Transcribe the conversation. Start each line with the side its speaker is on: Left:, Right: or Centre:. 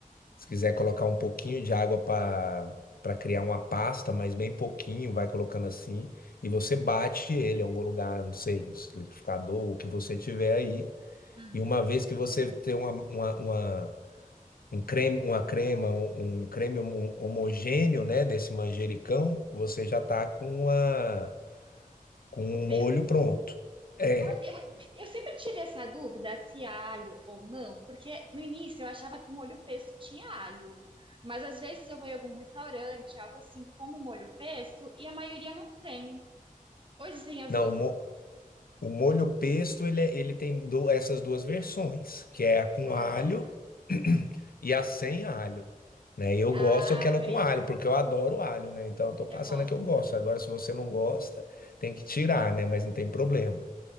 Left: Se quiser colocar um pouquinho de água para para criar uma pasta, mas bem pouquinho, vai colocando assim e você bate ele em algum lugar, não sei, liquidificador, o que você tiver aí.
Right: uhum.
Left: E uma vez que você ter uma, uma, uma um creme, uma crema, um, um creme hom- homogêneo, né, desse manjericão, você já tá com uma, com um
Right: Copeto.
Left: molho pronto. É,
Right: Olha, eu, eu sempre tive essa dúvida se há alho ou não, porque no início eu achava que o molho pesto tinha alho. Mas às vezes eu vou em algum restaurante, algo assim como molho pesto, e a maioria não tem. Ou existem as
Left: não,
Right: duas
Left: o, mo-
Right: versões.
Left: o molho pesto, ele, é- ele tem do, essas duas versões, que é a com
Right: Ah,
Left: alho <clears throat> e a sem alho. Né? E Eu
Right: ah,
Left: gosto aquela
Right: por
Left: com
Right: isso.
Left: alho, porque eu adoro alho, né? Então eu tô passando
Right: Eu gosto
Left: a que eu gosto.
Right: também.
Left: Agora, se você não gosta, tem que tirar, né? Mas não tem problema.